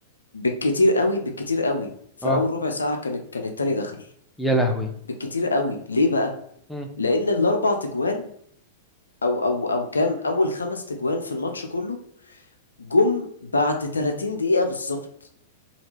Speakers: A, on the left; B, in the centre.
A: بالكتير قوي بالكتير قوي في
B: اه
A: اول ربع ساعه كان كان التاني دخل
B: يا لهوي
A: بالكتير قوي ليه بقى
B: مم.
A: لان الاربع تجوان او او او كام اول خمس تجوان في الماتش كله جم بعد 30 دقيقه بالظبط